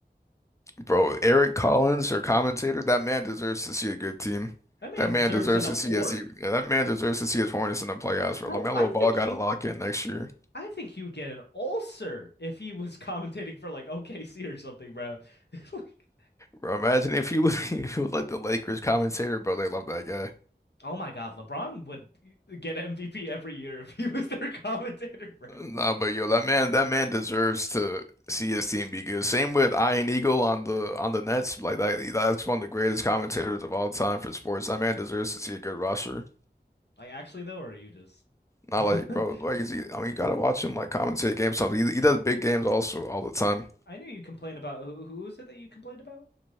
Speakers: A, on the left; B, on the left.
A: Bro, Eric Collins, your commentator, that man deserves to see a good team.
B: That man
A: That
B: deserves
A: man deserves
B: an award.
A: to see us. yeah, That man deserves to see his Hornets in the playoffs. Bro,
B: Bro,
A: LaMelo
B: I think
A: Ball got
B: he
A: a lock in next year.
B: I think he would get an ulcer if he was <laughs> commentating for like OKC or something, bro. <laughs> Like,
A: Bro, imagine if he was <laughs> if he was like the Lakers commentator, bro. They love that guy.
B: oh my God, LeBron would get MVP every year if he was their <laughs> commentator, bro.
A: Nah, but yo, that man, that man deserves to see his team be good. Same with Ian Eagle on the on the Nets. Like that, that's one of the greatest commentators of all time for sports. That man deserves to see a good roster.
B: Like actually though, or are you just
A: Not like,
B: <laughs>
A: bro, like is he, I mean, you gotta watch him like commentate games. Something he, he does big games also all the time.
B: I know you complained about who, who was it that you complained about?